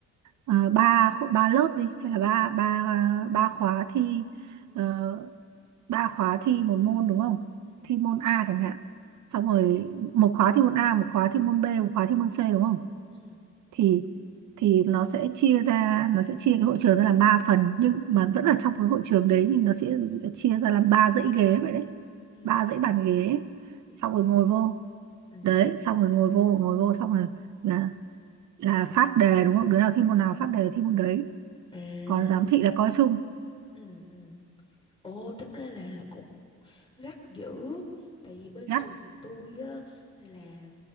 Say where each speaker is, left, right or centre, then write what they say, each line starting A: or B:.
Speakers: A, on the right (about 75°); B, on the left (about 15°).
A: ờ, ba khu- ba lớp đi hay là ba
B: ừ
A: ba ba khóa thi
B: ừ
A: ờ, ba khóa thi một môn đúng không
B: ừ
A: thi môn A chẳng hạn xong rồi một khóa thi môn A một khóa thi môn B một khóa thi môn C đúng không
B: ừ
A: thì thì nó sẽ chia ra nó sẽ chia cái hội trường ra làm ba phần nhưng mà vẫn ở trong cái hội trường đấy nhưng nó sẽ chia ra làm ba dãy ghế vậy đấy
B: Ừ,
A: ba dãy bàn ghế
B: hiểu.
A: xong rồi ngồi vô
B: Ừ.
A: đấy xong rồi ngồi vô ngồi vô xong rồi là là phát đề đúng không đứa nào thi môn nào
B: ừ
A: phát đề thi môn đấy
B: À.
A: còn giám thị là coi chung
B: Ừ, ừ. Ồ, tính ra là cũng gắt dữ tại vì bên
A: ngắt
B: trường tôi á là